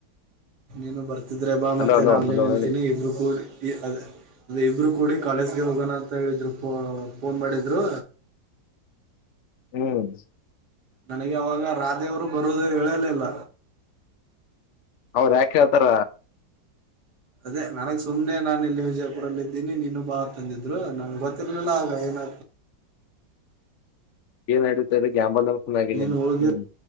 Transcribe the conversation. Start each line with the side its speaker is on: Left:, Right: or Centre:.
Right: ನೀನು ಬರ್ತೀ ಇದ್ರೆ ಬಾತ್ತೆ
Left: ಹಲೋ ಹಲೋ
Right: ನಾನ ಇಲ್ಲೆ
Left: ಹಲೋ
Right: ನಿಲ್ಲತೀನಿ
Left: ಹೇಳಿ
Right: ಇಬ್ರು ಕೂಡಿ ಈ ಅದ ಅದ ಇಬ್ರು ಕೂಡಿ ಕಾಲೇಜ್ಗೆ ಹೋಗೋಣ ಅಂತ ಹೇಳಿದ್ರು ಪೊ ಫೋನ್ ಮಾಡಿದ್ರು.
Left: ಹ್ಮ್
Right: ನನಗೆ ಅವಾಗ ರಾಧೆವರು ಬರುದು ಹೇಳಲಿಲ್ಲ.
Left: ಅವ್ರ ಯಾಕೆ ಹಳ್ತಾರ?
Right: ಅದೇ ನನಗ್ ಸುಮ್ನೆ ನಾನು ಇಲ್ಲಿ ವಿಜಯಪುರಲ್ಲ ಇದ್ದೀನಿ ನೀನು ಬಾ ಅಂತ್ ಅಂದಿದ್ರು ನಂಗೆ ಗೊತ್ತಿರ್ಲಿಲ್ಲ ಅವರ್ ಏನ್ ಆತ್
Left: ಏನ್ ಹಡತ್ತದ ಯಾಂಬಲ್ ಅದ. <unintelligible>
Right: ನೀನು ಹೋಗಿರು
Left: ಹ್ಮ್